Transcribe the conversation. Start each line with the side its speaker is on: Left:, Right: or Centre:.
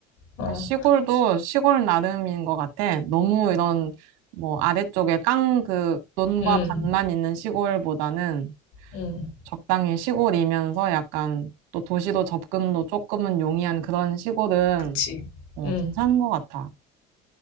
Left: 어.
Right: 그러니까 시골도 시골 나름인 것 같아. 너무 이런 뭐 아래쪽에 깡 그 논과
Left: 응
Right: 밭만 있는 시골보다는
Left: 음. 음.
Right: 적당히 시골이면서 약간 또 도시도 접근도 조금은 용이한 그런 시골은
Left: 그치.
Right: 어,
Left: 음.
Right: 괜찮은 것 같아.